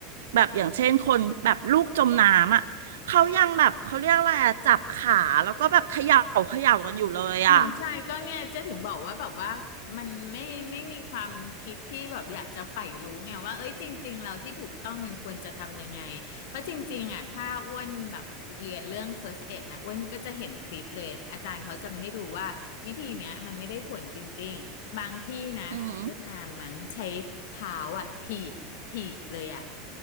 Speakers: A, on the right; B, on the left.
A: แบบอย่างเช่นคนแบบลูกจมน้ำอ่ะ เขายังแบบเขาเรียกอะไรอะจับขาแล้วก็แบบเขย่าเขย่ากันอยู่เลยอะ
B: อ๋อใช่ก็เนี่ยเจ๊ถึงบอกว่าแบบว่ามันไม่ไม่มีความคิดที่แบบอยากจะใฝ่รู้ไงว่าเอ้ยจริงๆเราที่ถูกต้องมันควรจะทำยังไงเพราะจริงๆอ่ะถ้าอ้วนแบบเรียนเรื่อง first aid นะอ้วนก็จะเห็นคลิปเลยอาจารย์เขาจะมาให้ดูว่าวิธีเนี้ยมันไม่ได้ผลจริงๆบางที่นะของเวียดนามมั้งใช้เท้าอ่ะถีบถีบเลยอ่ะ
A: อืม